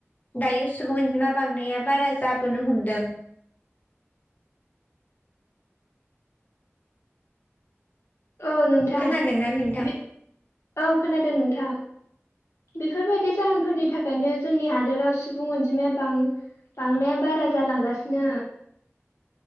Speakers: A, on the left; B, on the left.
A: दायो सुबुं अनजिमा बांनाया बारा जाबोनो हमदों
B: औ नोंथां
A: खोनादोंना नोंथां
B: बि औ खोनादों नोंथां बेफोरबायदि जाहोनफोरनि थाखायनो जोंनि हादोराव सुबुं अनजिमाया बां-बांनाया बारा जालांगासिनो